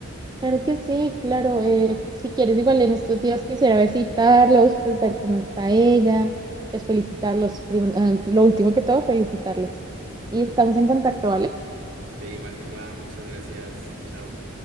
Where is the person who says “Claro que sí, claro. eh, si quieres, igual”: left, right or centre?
Right